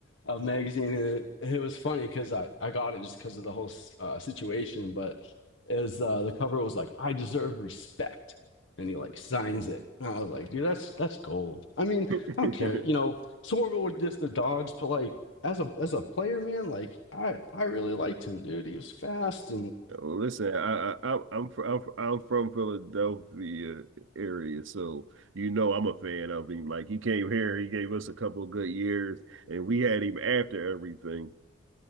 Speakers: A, on the left; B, on the right.
A: a magazine. And it, it was funny because I I got it just because of the whole s- uh, situation. But as uh, the cover was like, "I deserve respect," and he like signs it. And I was like, "Dude, that's that's gold." I mean,
B: <laughs>
A: I don't care. You know, it's horrible with just the dogs, but like as a as a player, man, like I I really liked him, dude. He was fast
B: Well, listen, I, I I- I'm fr- I'm fr- I'm from Philadelphia area, so you know I'm a fan of him. Like he came here, he gave us a couple of good years, and we had him after everything.